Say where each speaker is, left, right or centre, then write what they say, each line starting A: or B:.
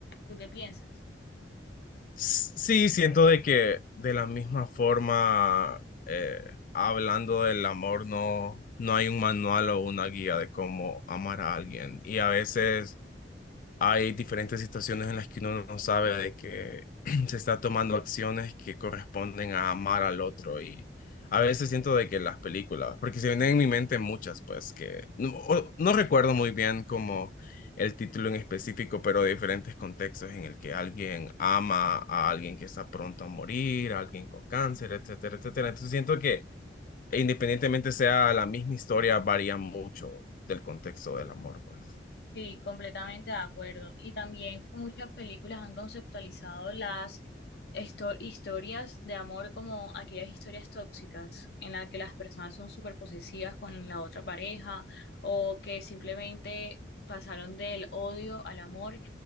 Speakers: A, on the left; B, on the left.
A: ¿Tú qué piensas?
B: Sí, siento de que de la misma forma, eh, hablando del amor, no, no hay un manual o una guía de cómo amar a alguien. Y a veces hay diferentes situaciones en las que uno no sabe de que <clears throat> se está tomando acciones que corresponden a amar al otro y a veces siento de que las películas, porque se vienen en mi mente muchas, pues que no, o- no recuerdo muy bien como el título en específico, pero de diferentes contextos en el que alguien ama a alguien que está pronto a morir, a alguien con cáncer, etcétera, etcétera. Entonces siento que independientemente sea la misma historia, varía mucho del contexto del amor, pues.
A: Sí, completamente de acuerdo. Y también que muchas películas han conceptualizado las histo- historias de amor como aquellas historias tóxicas en las que las personas son súper posesivas con la otra pareja o que simplemente pasaron del odio al amor